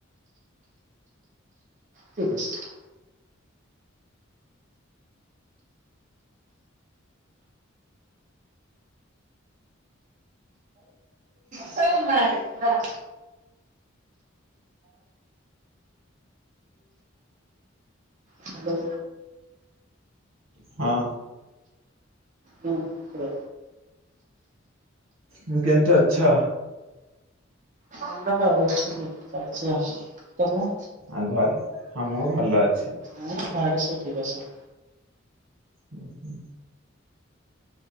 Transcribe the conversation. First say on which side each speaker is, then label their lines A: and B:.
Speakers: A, on the right; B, on the right.
A: ଠିକ ଅଛି। ସାର ନାହିଁ ନା ହାଲୋ
B: ହଁ।
A: ହଁ।
B: କେମିତି ଅଛ।
A: ଭଲ ହଉଛି। ଆଛା ତମେ
B: ଆଉ ଘରେ ହଁ ମୁଁ ଭଲ ଅଛି।
A: ହଁ ଘରେ ଏଇଠି ବସ
B: ହୁଁ ହୁଁ।